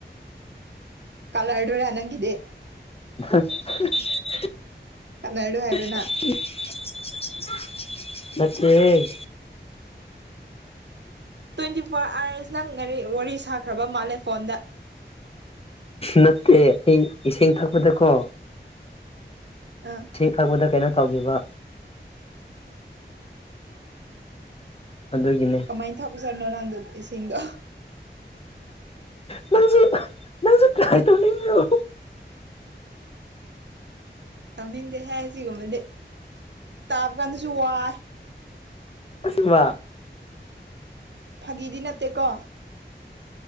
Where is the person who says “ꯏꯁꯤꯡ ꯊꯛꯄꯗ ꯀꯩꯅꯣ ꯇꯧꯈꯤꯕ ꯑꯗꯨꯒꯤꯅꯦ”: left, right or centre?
Left